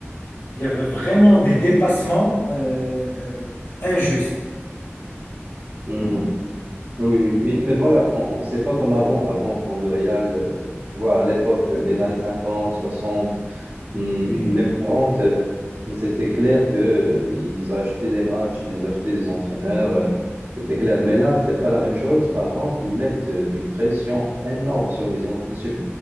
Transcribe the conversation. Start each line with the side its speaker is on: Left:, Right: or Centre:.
Left: il y avait vraiment des dépassements euh, euh, injustes.
Right: hmm, oui, oui. Mais, mais voilà, on- on- c'est pas comme avant, avant quand le Real, euh, tu vois, à l'époque, euh, les années 50, 60, Hmm,
Left: Oui,
Right: Même 40, euh, c'était clair que euh, ils achetaient des matchs, ils achetaient des entraîneurs,
Left: c'est vrai.
Right: euh, c'était clair. Mais là, c'est pas la même chose. Par contre, ils mettent euh, une pression énorme sur les, en- sur,